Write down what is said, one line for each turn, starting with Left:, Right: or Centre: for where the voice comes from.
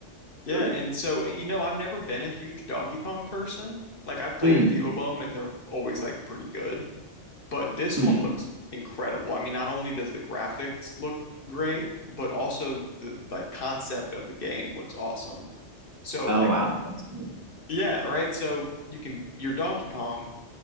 Left: Yeah,
Right: Hmm.
Left: and so, you know, I've never been a huge Donkey Kong person. Like, I've played
Right: Mm,
Left: a few of them, and they're always like pretty good. But this
Right: mm.
Left: one looks incredible. I mean, not only does the graphics look great, but also the like concept of the game looks awesome. So,
Right: Oh
Left: like,
Right: wow, that's cool.
Left: yeah, right. So you can, you're Donkey Kong